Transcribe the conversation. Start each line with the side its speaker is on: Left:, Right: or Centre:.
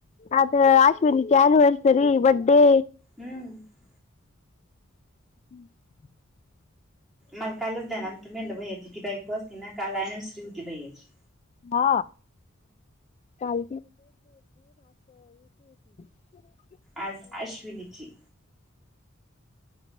Left: आज अश्विनीची अनिवर्सरी बड्डे
Centre: हम्म
Left: हम्म <inaudible>
Centre: मला कालच जाणार होतो <unintelligible> भैयाची ती बायको असती ना काल एनिवर्सरी होती भैयाची.
Left: हा काल <unintelligible>
Centre: आज अश्विनीची